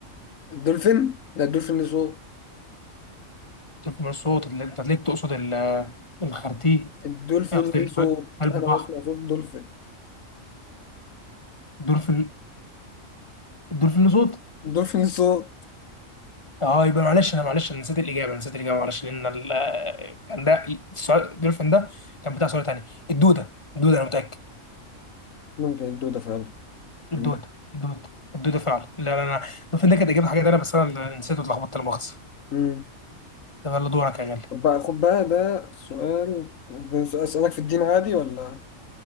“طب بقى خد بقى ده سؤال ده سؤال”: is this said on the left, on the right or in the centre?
Left